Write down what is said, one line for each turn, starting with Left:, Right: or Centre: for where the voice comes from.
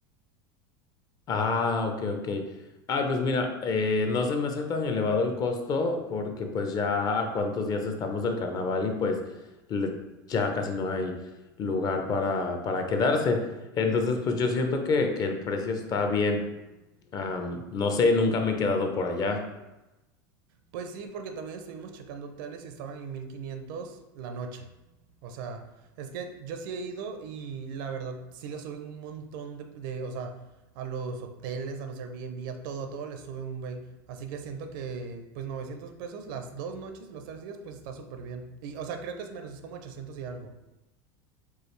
Left: Ah, ok, ok. Ay, pues mira, eh, no se me hace tan elevado el costo porque pues ya a cuántos días estamos del carnaval y pues le- ya casi no hay lugar para, para quedarse. Entonces, pues yo siento que, que el precio está bien. Am, no sé, nunca me he quedado por allá.
Right: Pues sí, porque también estuvimos checando hoteles y estaban en 1500 la noche. O sea, es que yo sí he ido y la verdad sí le suben un montón de, de o sea, a los hoteles, a los Airbnb, a todo, a todo les suben un bey. Así que siento que, pues 900 pesos las dos noches y los tres días, pues está súper bien. Y, o sea, creo que es menos, es como 800 y algo.